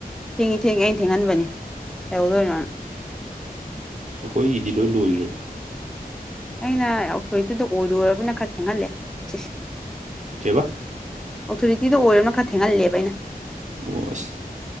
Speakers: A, in the centre; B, on the right.
A: ꯊꯦꯡꯉ ꯊꯦꯡꯉ ꯑꯩꯅ ꯊꯦꯡꯍꯟꯕꯅꯤ ꯀꯩꯍꯧꯗꯣꯏꯅꯣꯅ
B: ꯑꯩꯈꯣꯏꯒꯤꯗꯤ ꯂꯣꯏ ꯂꯣꯏꯔꯦ
A: ꯑꯩꯅ ꯑꯣꯊꯣꯏꯇꯨꯗ ꯑꯣꯏꯔꯨꯔꯕꯅꯤꯅ ꯈꯔ ꯊꯦꯡꯍꯜꯂꯦ ꯁꯤꯁꯦ
B: ꯀꯩꯕ
A: ꯑꯣꯊꯣꯔꯤꯇꯤꯗ ꯑꯣꯏꯔꯣꯅ ꯈꯔ ꯊꯦꯡꯍꯜꯂꯦꯕ ꯑꯩꯅ
B: ꯑꯣ ꯑꯁ